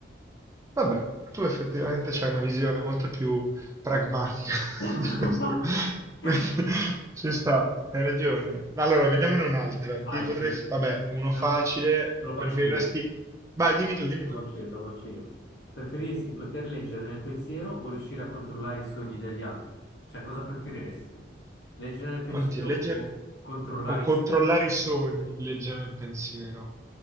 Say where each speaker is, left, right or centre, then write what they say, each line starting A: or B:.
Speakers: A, on the right; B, on the left.
A: Vabbè, tu effettivamente c'hai una visione molto più pragmatica <laughs>
B: <laughs>
A: di questo. Questo ci sta, hai ragione. Allora, vediamone un'altra. Ti
B: Vai,
A: potrei...
B: te lo,
A: f- Vabbè, uno
B: te
A: facile.
B: lo- te lo faccio
A: Preferiresti...
B: io, te
A: Vai, dimmi tu, dimmi
B: lo
A: tu.
B: faccio io, te lo faccio io. Preferiresti poter leggere nel pensiero o riuscire a controllare i sogni degli altri? Cioè, cosa preferiresti tu? Leggere nel pensiero
A: Oddio, leggere...
B: o controllare
A: O controllare
B: i sogni?
A: i sogni, leggere il pensiero.